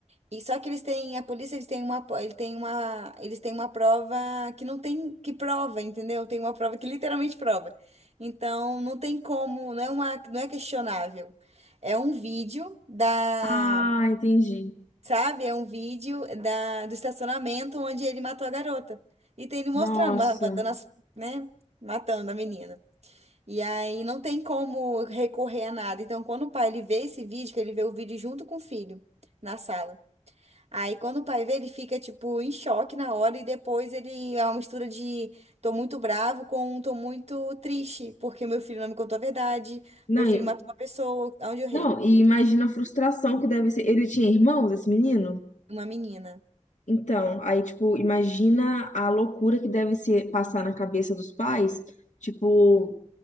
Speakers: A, on the right (about 60°); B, on the left (about 70°).
A: E só que eles têm, a polícia, eles têm uma, po- ele tem uma, eles têm uma prova que não tem, que prova, entendeu? Tem uma prova que literalmente prova. Então, não tem como, não é uma, não é questionável. É um vídeo da,
B: Ah, entendi.
A: sabe? É um vídeo da, do estacionamento onde ele matou a garota. E tem ele mostrando,
B: Nossa.
A: ma- mandando as, né? Matando a menina. E aí não tem como recorrer a nada. Então, quando o pai ele vê esse vídeo, que ele vê o vídeo junto com o filho na sala. Aí quando o pai vê, ele fica tipo em choque na hora e depois ele é uma mistura de tô muito bravo com um tô muito triste, porque meu filho não me contou a verdade,
B: Não,
A: meu filho
B: e-
A: matou uma pessoa, onde eu errei?
B: não, e imagina a frustração que deve ser. Ele tinha irmãos, esse menino?
A: Uma menina.
B: Então, aí, tipo, imagina a loucura que deve ser passar na cabeça dos pais, tipo,